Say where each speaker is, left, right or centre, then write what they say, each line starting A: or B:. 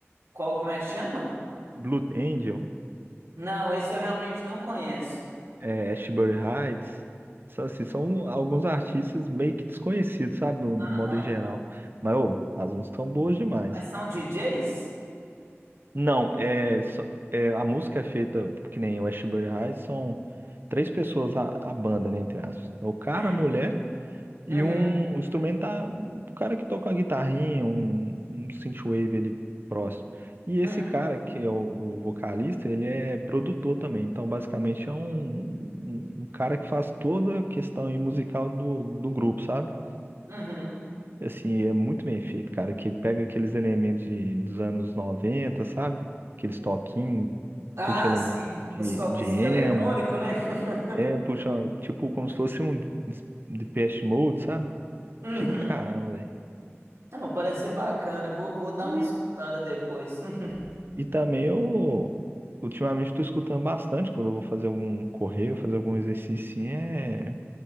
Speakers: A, on the right; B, on the right.
A: Qual, como é que chama?
B: Blue Angel.
A: Não, esse eu realmente não conheço.
B: é, Ashbury Heights, só assim, são alguns artistas meio que desconhecidos, sabe, no,
A: Aham.
B: no modo em geral. Mas, ô, as músicas são boas demais.
A: Mas são DJs?
B: Não, é, só- é, a música é feita, que nem o Ashbury Heights, são três pessoas a, a banda, né, entre aspas. É o cara,
A: Hum.
B: a mulher e
A: Uhum.
B: um instrumental, um cara que toca uma guitarrinha, um, um synthwave ali próximo. E esse
A: Uhum.
B: cara, que é o, o vocalista, ele é produtor também. Então, basicamente, é um, um um cara que faz toda a questão aí musical do, do grupo, sabe?
A: Uhum.
B: Assim, é muito bem feito, cara, que pega aqueles elementos de, dos anos noventa sabe? Aqueles toquinhos,
A: Ah,
B: puxa elemento
A: sim.
B: aí de,
A: Os toquezinhos
B: de emo,
A: eletrônicos, né? <laughs>
B: é, puxa, tipo, como se fosse um Depeche Mode, sabe?
A: Uhum.
B: Chique pra caramba,
A: Não, parece ser bacana. Eu vou, vou dar
B: E,
A: uma escutada depois. <laughs>
B: e também eu ultimamente estou escutando bastante quando eu vou fazer algum correio, fazer algum exercício assim, é,